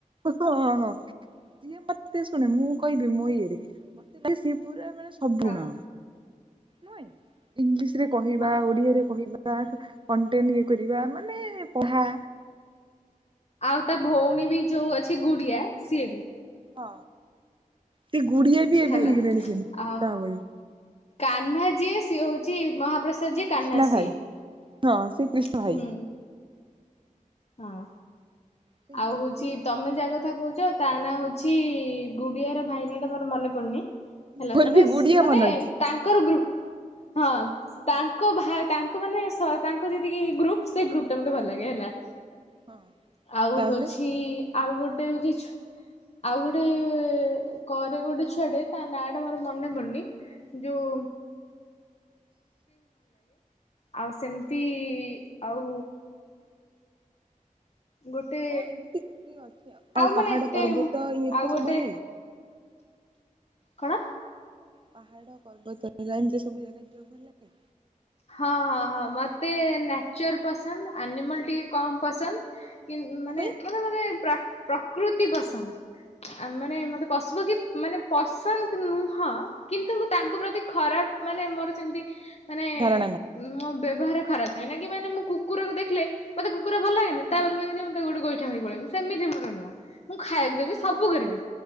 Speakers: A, on the right; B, on the left.
A: ହଁ ହଁ ସିଏ ମତେ ଶୁଣେ ମୁଁ କହିବି ମୋ ଇଏରେ ମତେ ଲାଗେ ସିଏ। ପୁରା ମାନେ ସବୁ
B: ହଁ
A: ନ। ନୁହେଁ ଇଂଲିଶ ରେ। କହିବା
B: ହଁ
A: ଓଡିଆରେ କହିବା। ବା କଣ୍ଟେଣ୍ଟ ଇଏ କରିବା ମାନେ ପଢ଼ା।
B: ଆଉ ତା ଭଉଣୀ ବି ଯୋଉ ଅଛି ଗୁଡିଆ। ସିଏ ବି
A: ହଁ ସେ ଗୁଡିଆ ବି ଏବେ
B: ହେଲା
A: ହେଇଗଲେଣି ସେମତି
B: ଆଉ
A: ତା ଭଳି।
B: କାହ୍ନା ସିଏ ହଉଛି ଯିଏ ମହାପ୍ରସାଦ ଯିଏ
A: କ୍ରିଷ୍ଣା
B: କାନ୍ହା ସିଏ।
A: ଭାଇ ହଁ ସେ କ୍ରିଷ୍ଣା ଭାଇ
B: ହୁଁ ହଁ
A: ସେ
B: ଆଉ
A: ଯୋଉ
B: ହଉଛି
A: ଗୁଡିଆ
B: ତମେ ଯାଆ କଥା କହୁଛ ତା ନାଁ ହଉଛି ଗୁଡିଆର ଭାଇନା ଟା ମୋର ମନେ ପଡୁନି ହେଲା
A: ମୋର
B: ମଗଶ୍
A: ବି ଗୁଡିଆ
B: ମାନେ
A: ମନେ ଅଛି
B: ତାଙ୍କର ଗ୍ରୁପ ହଁ ତାଙ୍କ ଭା ତାଙ୍କ ମାନେ ସ ତାଙ୍କ ଯେତିକି ଗ୍ରୁପ ସେଇ ଗ୍ରୁପ ଟା ମତେ ଭଲ ଲାଗେ ହେଲା।
A: ହଁ
B: ଆଉ
A: ତାପରେ
B: ହଉଛି ଆଉ ଗୋଟେ ହଉଛି ଆଉ ଗୋଟେ କରେ ଗୋଟେ ଛୁଆଟେ ତା ନାଁ ଟା ମୋର ମନେ ପଡୁନି ଯଉ ଆଉ ସେମିତି ଆଉ ଗୋଟେ
A: ହଁ ଏମିତି କେ <inaudible> ଅଛି ଆଉ
B: ମାନେ
A: ପାହାଡ
B: ଏତେ
A: ପର୍ବତ ଇ ଏତେ
B: ଆଉ ଗୋଟେ
A: ସବୁ ଭଲଲାଗେ।
B: କଣ?
A: ପହାଡ଼ ପର୍ବତ ଲାଇନ୍ ରେ ସବୁ <unintelligible>
B: ହଁ ହଁ ହଁ ମତେ ନ ର ପସନ୍ଦ ଆନିମଲ ଟିକେ କମ ପସନ୍ଦ। କି
A: କଣ
B: ମାନେ,
A: ପାଇଁ
B: ମାନେ ମାନେ ପ୍ରା ପ୍ରକୃତି ପସନ୍ଦ ଆ ମାନେ ମତେ ପଶୁ ପକ୍ଷୀ ମାନେ ପସନ୍ଦ ନୁହଁ କିନ୍ତୁ ମୁଁ ତାଙ୍କ ପ୍ରତି ଖରାପ ମାନେ ମୋର ସେମିତି
A: ଧର
B: <unintelligible> ମୋ ବେ ବେବହାର ଖରାପ ନାହିଁ ନା କି ମାନେ ମୁ କକୁର କୁ ଦେଖିଲେ ମତେ କୁ କୁର ଭଲ ଲାଗେନି
A: ହଁ
B: ତାବୋଲି ନୁହଁ କି ଯେ ମୁଁ ତାକୁ ଗୋଟେ ଗୋଇ ଗୋଇଠା ମାରିକି ପଳେଇବି ସେମିତି ମୋର ନୁହଁ ମୁଁ ଖାଇବାକୁ ଦେବି ସବୁ କରିବି।